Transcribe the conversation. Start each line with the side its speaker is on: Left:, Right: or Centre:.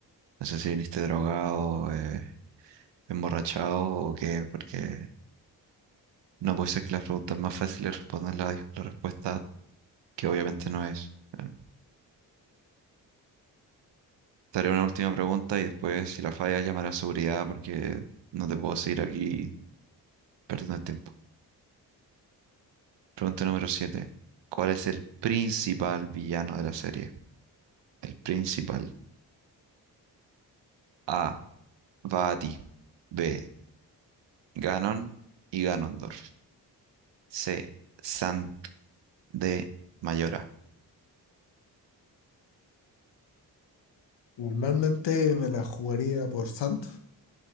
Right: no sé si viniste drogado, eh, emborrachado o qué, porque no puede ser que las preguntas más fáciles respondan la, dis- la respuesta que obviamente no es. Em, te haré una última pregunta y después, si la falla, llamaré a seguridad porque no te puedo seguir aquí perdiendo el tiempo. Pregunta número siete ¿Cuál es el principal villano de la serie? El principal. A. va a ti. B. Ganon y Ganondorf. C. Sant D Mayora.
Left: Normalmente me la jugaría por Santos,